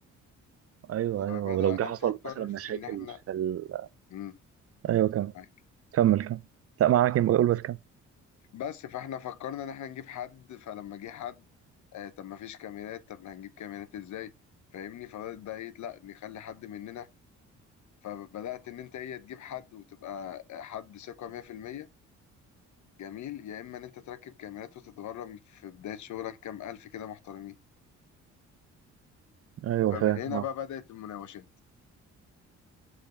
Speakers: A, on the right; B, on the left.
A: ايوه
B: فبدأ
A: ايوه ولو
B: انا
A: جه حصل
B: نفكر
A: مثلا مشاكل
B: في ان احنا
A: في ال...
B: امم
A: ايوه كمل
B: معاك
A: كمل كمل لا معاك يبقى قول بس كمل
B: بس فاحنا فكرنا ان احنا نجيب حد فلما جه حد آه طب ما فيش كاميرات طب ما هنجيب كاميرات ازاي فاهمني فبدأت بقى ايه لا نخلي حد مننا فبدأت إن أنت إيه تجيب حد وتبقى حد ثقة 100% جميل يا إما إن أنت تركب كاميرات وتتغرم في بداية شغلك كام ألف كده محترمين
A: ايوه
B: فمن
A: فاهم
B: هنا
A: اه
B: بقى بدأت المناوشات